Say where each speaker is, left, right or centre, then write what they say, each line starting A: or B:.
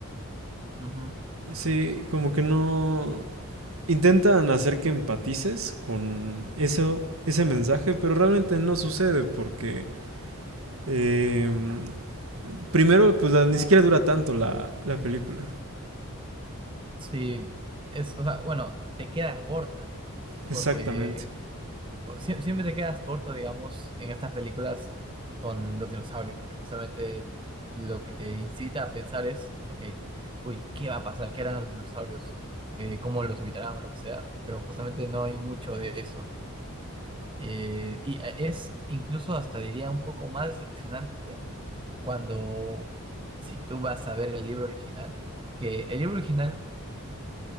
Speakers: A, on the right; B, on the right.
A: Ujú.
B: Sí, como que no intentan hacer que empatices con eso, ese mensaje, pero realmente no sucede porque eh, primero, pues la- ni siquiera dura tanto la, la película.
A: Sí, es, o sea, bueno, te queda corta,
B: Exactamente.
A: porque o- sie- siempre te quedas corto, digamos, en estas películas con los dinosaurios, que justamente lo que te incita a pensar es, ok, uy, ¿qué va a pasar? ¿Qué eran los dinosaurios? Eh, ¿cómo los evitarán o lo que sea? Pero justamente no hay mucho de eso. Eh, y eh, es incluso hasta diría un poco más decepcionante cuando, si tú vas a ver el libro original, que el libro original,